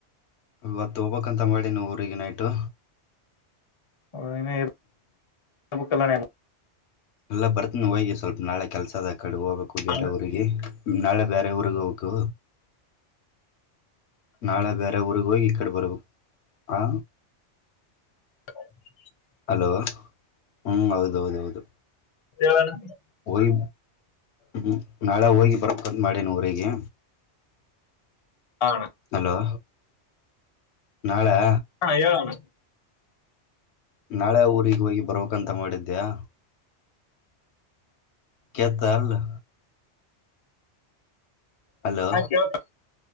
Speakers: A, on the left (about 75°); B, on the left (about 35°).
A: ಇವತ್ತು ಹೋಗಬಕಂತ ಮಾಡಿ ನೀ ಊರಿಗೆ ನೈಟು.
B: ುಲ್ಲ. <inaudible>
A: ಇಲ್ಲ ಬರ್ತ್ನ ಹೋಗಿ ಸ್ವಲ್ಪ ನಾಳೆ ಕೆಲ್ಸದ ಕಡೆ ಹೋಗಬೇಕು ಬ್ಯಾರೆ
B: ಅಣ್ಣ
A: ಊರಿಗೆ. ನಾಳೆ ಬ್ಯಾರೆ ಊರಿಗೆ ಹೋಗ್ಬೇಕು. ನಾಳೆ ಬ್ಯಾರೆ ಊರ್ಗ ಹೋಗಿ ಈ ಕಡೆ ಬರ್ಬೇಕು ಆ.
B: <inaudible>
A: ಹಲೋ ಹ್ ಹೌದ ಹೌದ ಹೌದು.
B: ಹೇಳಣ್ಣ.
A: ಹೋಗಿ ಹ್ಮ ನಾಳೆ ಹೋಗಿ ಬಾರ್ಬೇಕಂತ ಮಾಡೇನ ಊರಿಗೆ.
B: ಹಾ ಅಣ್ಣ
A: ಹಲೋ ನಾಳೆ.
B: ಅಣ್ಣ ಹೇಳೋಣ
A: ನಾಳೆ ಊರಿಗೆ ಹೋಗಿ ಬರ್ಬೇಕಾಂತ ಮಾಡಿದ್ದ್ಯಾ. ಕೆತರ್ಲಾ. ಹಲೋ
B: ಹಾ ಕೇಳ್ತಾ